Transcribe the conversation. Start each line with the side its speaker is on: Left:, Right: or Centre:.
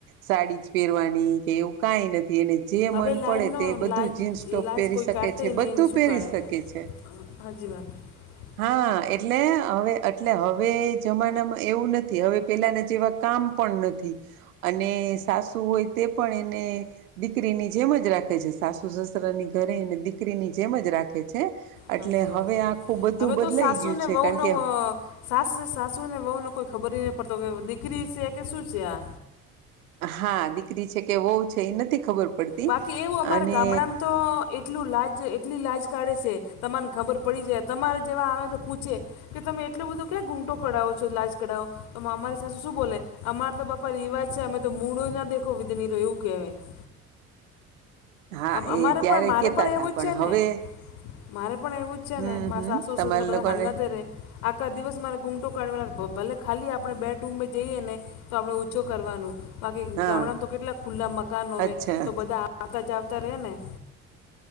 Right: સાડી જ પહેરવાની કે એવું કઈ નથી એને. જે
Left: હવે
Right: મન
Left: લાજનો
Right: પડે તે બધું
Left: લાજ
Right: જીન્સ ટોપ
Left: લાજ
Right: પહેરી
Left: કોઈ
Right: શકે
Left: કાઢતે
Right: છે બધું
Left: નહીં ને શું
Right: પહેરી.
Left: કાઢેલા
Right: શકે છે.
Left: સાચી <inaudible>
Right: હા એટલે હવે એટલે હવે જમાનામાં એવું નથી હવે પેલાના જેવા કામ. પણ નથી અને સાસુ હોય તે પણ એને. દીકરીની જેમ જ રાખે છે સાસુ સસરા ની ઘરે અને દીકરીની જેમ જ રાખે છે. એટલે
Left: સાચી
Right: હવે
Left: વાત
Right: આખું બધું
Left: હવે
Right: બદલાઈ
Left: તો સાસુ
Right: ગયું
Left: ને
Right: છે.
Left: વહુ
Right: કારણ
Left: ન.
Right: કે
Left: સાસુ સાસુ ને વહુ ને કોઈ ખબર નહી પડતો કે દીકરી છે કે શું છે આ.
Right: હા દીકરી છે કે વહુ છે એ નથી ખબર. પડતી
Left: બાકી એવું અમારા
Right: અને
Left: ગામડામાં તો. એટલું લાજ એટલી લાજ કાઢે છે તમાને ખબર પડી જાય તમારે જેવા આવે તો પૂછે કે તમે એટલો બધું ક્યાં ઘૂંટો કરઢાવો છો લાજ કરઢાવો તો અમારી સાથે શું બોલે અમાર તોપ. રિવાજ છે અમે તો મૂળો ના દેખો વિધણી રો એવું કહેવાય.
Right: હા,
Left: આ અમારે
Right: એ ત્યારે
Left: પણ મારે
Right: કેતા
Left: પણ એવું
Right: તા
Left: જ છે
Right: હવે
Left: ને. મારે પણ એવું જ છે
Right: હમ્મ,
Left: ને મારે
Right: હમ્મ
Left: સાસુ
Right: તમારા
Left: સસરા બધા
Right: લોકોને
Left: હાંગાત રે આખા દિવસ મારે ઘૂંટો કાઢ ભલે ખાલી આપણે બેડ રૂમમાં જઈએ ને તો આપણે ઉંચો કરવાનું. બાકી
Right: હા,
Left: ગામડામાં તો કેટલાક ખુલ્લાં મકાન હોય
Right: અચ્છા
Left: તો બધા આતા જાવતા તરેને